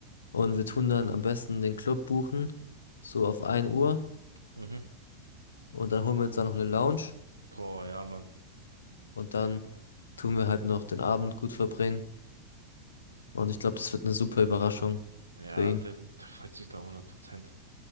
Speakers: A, on the left; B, on the right.
A: Und wir tun dann am besten den Club buchen, so auf ein Uhr.
B: Mhm.
A: Und dann holen wir uns dann noch eine Lounge.
B: Boah, ja, Mann.
A: Und dann tun wir halt noch den Abend gut verbringen. Und ich glaube, das wird eine super Überraschung
B: Ja,
A: für ihn.
B: der, der freut sich da hundert Prozent.